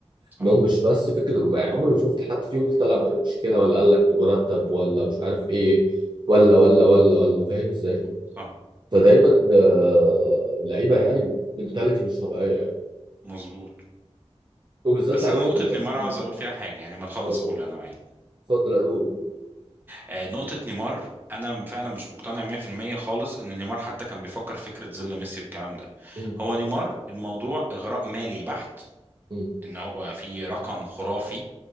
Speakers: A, on the right; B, on the right.
A: صح
B: انهم مش بس فكره عمري ما شفت حد فيهم طلع من مشكله ولا قال لك مرتب ولا مش عارف ايه ولا ولا ولا ولا فاهم ازاي؟
A: صح
B: فدايما آه، اللعيبه يعني منتاليتي مش طبيعيه يعني
A: مظبوط
B: وبالذات
A: بس
B: لعيبه
A: انا نقطة
B: بال
A: نيمار
B: مم.
A: عاوز اقول فيها حاجة يعني ما تخلص
B: اتفضل
A: قول انا معاك
B: اتفضل قول قول.
A: آه نقطة نيمار انا فعلا مش مقتنع 100% خالص ان نيمار حتى كان بيفكر فكرة ظل ميسي والكلام ده
B: مم.
A: هو نيمار الموضوع اغراء مالي بحت
B: مم.
A: ان هو في رقم خرافي